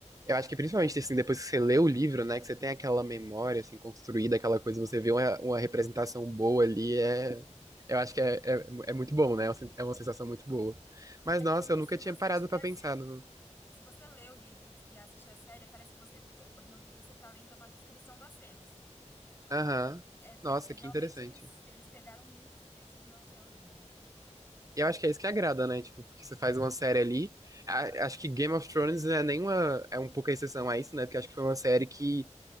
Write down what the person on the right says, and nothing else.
Eu acho que principalmente assim, depois que você lê o livro, né, que você tem aquela memória assim construída, aquela coisa, você vê uma, uma representação boa ali, é, eu acho que é, é, é muito bom, né? É uma sen- é uma sensação muito boa. Mas
nossa,
eu nunca
tinha
parado
pra pensar no.
Aham.
Nossa,
que interessante.
E eu acho que é isso que agrada, né? Tipo, porque você faz uma série ali. A- acho que Game of Thrones é nenhuma, é um pouco a exceção a isso, né? Porque acho que foi uma série que